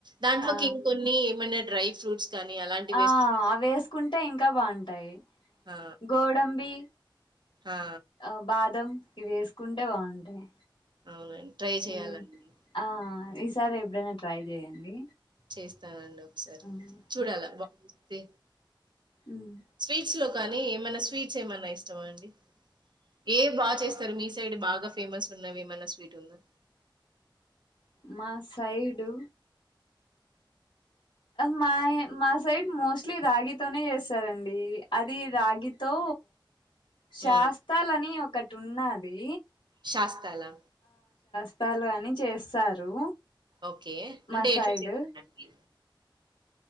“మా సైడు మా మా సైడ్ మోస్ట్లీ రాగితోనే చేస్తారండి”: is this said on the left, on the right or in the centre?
Left